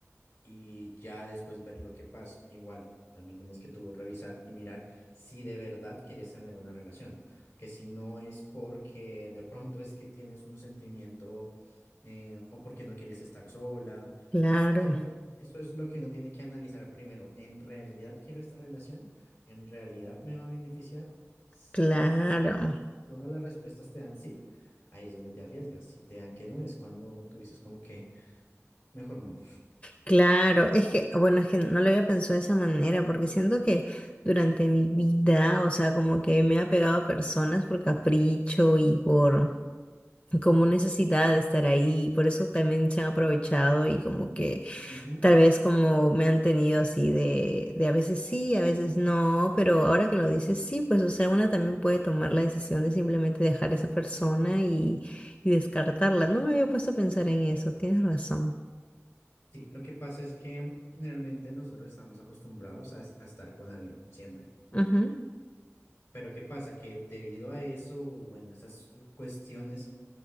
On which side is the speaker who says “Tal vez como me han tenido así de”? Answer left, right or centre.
Left